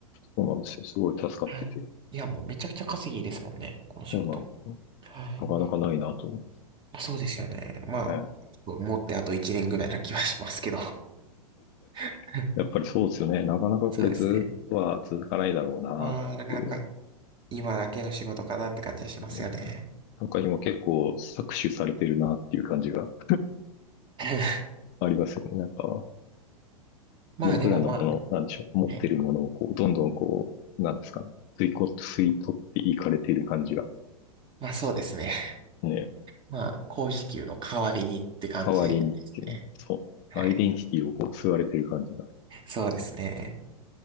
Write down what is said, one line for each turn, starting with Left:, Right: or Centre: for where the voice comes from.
Left: そうなんですよ。すごい助かってて。
Right: はい。いや、もうめちゃくちゃ稼ぎいいですもんね、この仕事。
Left: そうなんですよ。
Right: はい。
Left: なかなかないなと思って。
Right: まあ、そうですよね。まあ、
Left: ええ
Right: 持ってあと1年ぐらいな気はしますけど。<laughs>
Left: <laughs> やっぱりそうですよね。なかなかこれずっとは続かないだろうなっていう。
Right: そうですね。まあ、なかなか今だけの仕事かなって感じがしますよね。
Left: うんなんか今結構搾取されてるなっていう感じが
Right: <laughs>
Left: ありますよね。なんか、
Right: まあでもまあ、
Left: 僕らのこの、なんでしょう、持ってるものをこう、
Right: はい
Left: どんどんこう、なんですかね、吸いこ、吸い取っていかれている感じが、
Right: まあそうですね。
Left: ね、
Right: まあ、高時給の代わりにって感じですね。
Left: 代わりにっていう、そう、
Right: はい。
Left: アイデンティティをこう、吸われている感じが。
Right: そうですね。